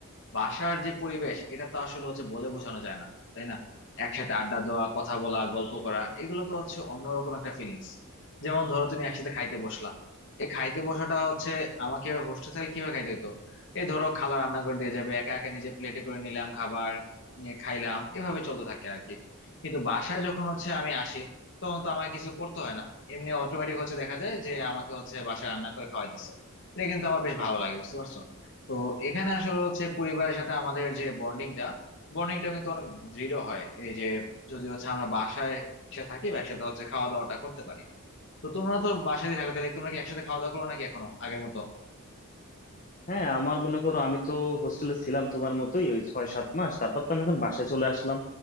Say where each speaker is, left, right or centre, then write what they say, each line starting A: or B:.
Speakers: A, on the left; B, on the left.
A: বাসার যে পরিবেশ এটা তো আসলে হচ্ছে বলে বোঝানো যায় না তাই না একসাথে আড্ডা দেওয়া কথা বলা গল্প করা এগুলো তো হচ্ছে অন্যরকম একটা ফিলিংস যেমন ধরো তুমি একসাথে খাইতে বসলা এই খাইতে বসাটা হচ্ছে আমাকে হোস্টেল থাকলে কিভাবে খাইতে হতো এই ধরো খালা রান্না করে দিয়ে যাবে একা একা নিজে প্লেটে করে নিলাম খাবার নিয়ে খাইলাম এভাবে চলতে থাকে আর কি কিন্তু বাসায় যখন হচ্ছে আমি আসি তখন তো আমার কিছু করতে হয় না এমনি অটোমেটিক হচ্ছে দেখা যায় যে আমাকে হচ্ছে বাসায় রান্না করে খাওয়াইতেছে এটা কিন্তু আমার বেশ ভালো লাগে বুঝতে পারছো তো এখানে আসলে হচ্ছে পরিবারের সাথে আমাদের যে বন্ডিংটা বন্ডিংটা কিন্তু অনেক দৃঢ় হয় এই যে যদি হচ্ছে আমরা বাসায় সে থাকি বা একসাথে হচ্ছে খাওয়া দাওয়াটা করতে পারি তো তোমরা তো বাসায় থাকো তাহলে তোমরা কি একসাথে খাওয়া দাওয়া করো নাকি এখনো আগের মতো
B: হ্যাঁ আমার মনে করো আমি তো হোস্টেলে ছিলাম তোমার মতোই ওই ছয় সাত মাস তারপর তো আমি এখন বাসায় চলে আসলাম